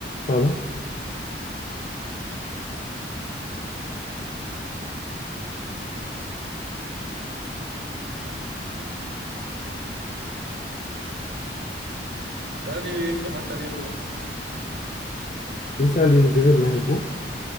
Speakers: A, on the left (about 45°); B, on the right (about 65°).
A: Pardon?
B: Salut, comment allez-vous?
A: Oui, salut, je vais bien et vous?